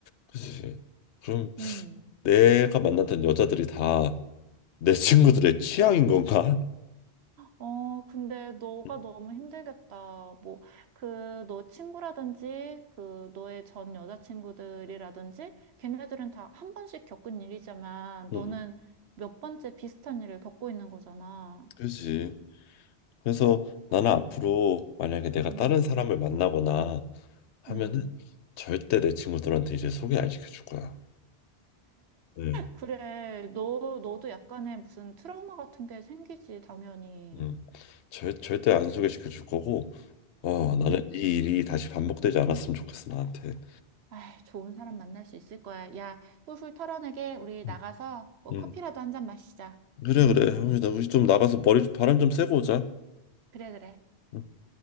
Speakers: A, on the left (about 85°); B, on the right (about 70°).
A: 그치. 그럼
B: 음.
A: 내가 만났던 여자들이 다 내 친구들의 취향인 건가?
B: 어, 근데 너가
A: 음,
B: 너무 힘들겠다. 뭐, 그, 너 친구라든지, 그, 너의 전 여자친구들이라든지, 걔네들은 다 한 번씩 겪은 일이지만,
A: 음,
B: 너는 몇 번째 비슷한 일을 겪고 있는 거잖아.
A: 그지. 그래서 나는
B: 아,
A: 앞으로 만약에 내가
B: 음,
A: 다른 사람을 만나거나 하면은
B: 음.
A: 절대 내 친구들한테 이제 소개 안 시켜줄 거야. 네.
B: 그래, 너, 너도 약간의 무슨 트라우마 같은 게 생기지, 당연히.
A: 음, 절, 절대 안 소개시켜 줄 거고, 어,
B: 음.
A: 나는 이 일이 다시 반복되지 않았으면 좋겠어, 나한테.
B: 아이, 좋은 사람 만날 수 있을 거야. 야, 훌훌 털어내게, 우리 나가서
A: 음.
B: 뭐
A: 음.
B: 커피라도 한 잔 마시자.
A: 그래, 그래. 합니다. 우리 좀 나가서 머리 좀 바람 좀 쐬고 오자.
B: 그래, 그래.
A: 음.